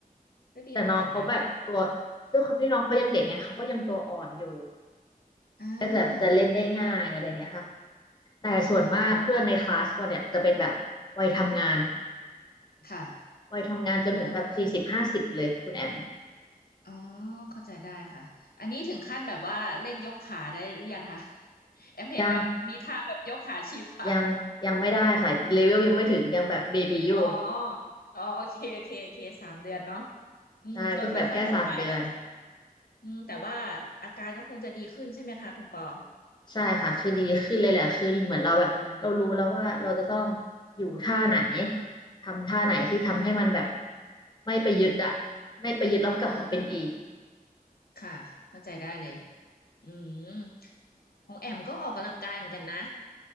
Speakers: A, on the left; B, on the left.
A: ก็ดีเหมือนกันนะ
B: แต่น้องเขาแบบตัวด้วยความที่น้องเขายังเด็กไงเขาก็ยังตัวอ่อนอยู่
A: อ่า
B: ก็จะจะเล่นได้ง่ายอะไรเงี้ยค่ะแต่ส่วนมากเพื่อนในคลาสว่าเนี่ยจะเป็นแบบวัยทำงาน
A: อืมอืมอืมค่ะ
B: วัยทำงานจนถึงแบบสี่สิบห้าสิบเลยคุณแอม
A: เอออ๋อเข้าใจได้ค่ะอันนี้ถึงขั้นแบบว่าเล่นยกขาได้หรือยังคะ <laughs> แอมเห็นแบบมีท่าแบบยกขาชี้ฟ้า
B: ยังยังยังไม่ได้ค่ะเลเวลยังไม่ถึงยังแบบเบบีอยู่
A: อ๋ออ๋อโอเคโอเคโอเคสามเดือนเนาะอืมก็ค่อยๆทำไปหรอก
B: ใช่เพิ่งแบบแค่สามเดือน
A: อืมแต่ว่าอาการก็คงจะดีขึ้นใช่ไหมคะคุณปอ
B: ใช่ค่ะคือดีขึ้นเลยแหละคือเหมือนเราแบบเรารู้แล้วว่าเราจะต้อง
A: อืม
B: อยู่ท่าไหนทำท่าไหนที่ทำให้มันแบบ
A: อ่า
B: ไม่ไปยึดอะไม่ไปยึดแล้วกลับมาเป็นอีก
A: อ่าค่ะเข้าใจได้เลย อืมของแอมก็ออกกำลังกายเหมือนกันนะ